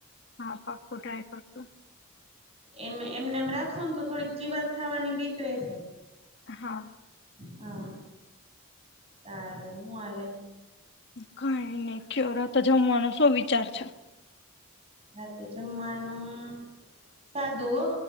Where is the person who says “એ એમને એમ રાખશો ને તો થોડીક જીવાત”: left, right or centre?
Right